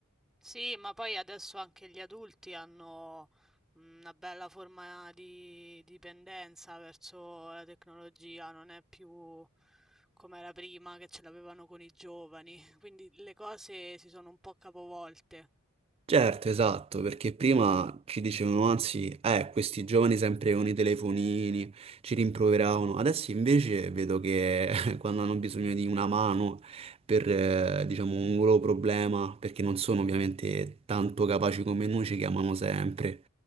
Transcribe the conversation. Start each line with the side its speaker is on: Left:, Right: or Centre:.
Centre: Sì, ma poi adesso anche gli adulti hanno una bella forma di dipendenza verso la tecnologia, non è più come era prima che ce l'avevano con i giovani, <laughs> quindi le cose si sono un po' capovolte.
Right: Certo, esatto, perché prima ci dicevano, anzi, eh, questi giovani sempre con i telefonini, ci rimproveravano. Adesso invece vedo che <laughs> quando hanno bisogno di una mano per, eh, diciamo, un loro problema, perché non sono ovviamente tanto capaci come noi, ci chiamano sempre.